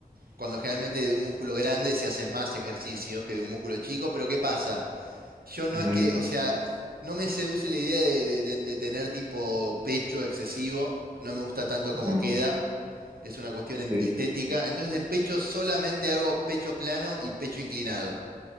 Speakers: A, on the right (about 85°); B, on the right (about 20°).
A: Cuando generalmente de un músculo grande se hacen más ejercicios que de un músculo chico, pero ¿qué pasa? Yo no
B: Ujú,
A: es que, o sea, no me seduce la idea de, de de- de tener tipo pecho excesivo. No me gusta tanto como
B: ujú,
A: queda. Es una cuestión en-
B: sí,
A: estética. Entonces de pecho solamente hago pecho plano y pecho inclinado.